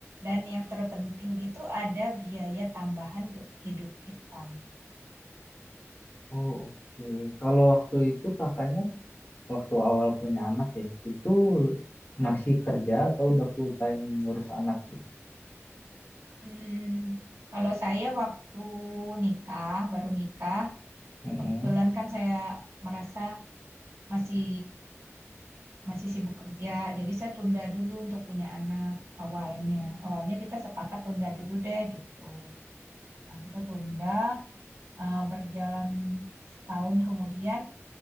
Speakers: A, on the right (about 65°); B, on the left (about 35°).
A: dan yang terpenting itu ada biaya tambahan untuk hidup kita.
B: Oh oke. Kalau waktu itu kakaknya waktu awal punya anak ya, itu masih kerja atau udah full time ngurus anak gitu?
A: Hmm, kalau saya waktu nikah, baru nikah,
B: Mm-mm.
A: Kebetulan kan saya merasa masih masih sibuk kerja, jadi saya tunda dulu untuk punya anak awalnya. Awalnya kita sepakat tunda dulu deh gitu. Nah, kita tunda eh, berjalan setahun kemudian